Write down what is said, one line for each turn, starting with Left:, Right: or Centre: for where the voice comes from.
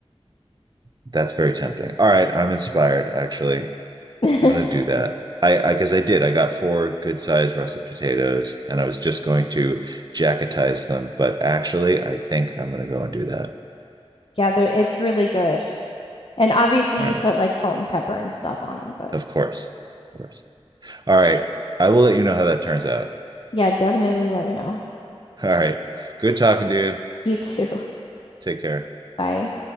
Right: that's very tempting. All right, I'm inspired actually.
Left: <laughs>
Right: I'm gonna do that. I, I guess I did. I got four good sized russet potatoes and I was just going to jacketize them, but actually I think I'm gonna go and do that.
Left: Yeah, they're- it's really good. And obviously,
Right: All
Left: you
Right: right.
Left: put like salt and pepper and stuff on them. But
Right: Of course. Of course. All right. I will let you know how that turns out.
Left: yeah, definitely let me know.
Right: All right. Good talking to you.
Left: You too.
Right: Take care.
Left: <laughs> Bye.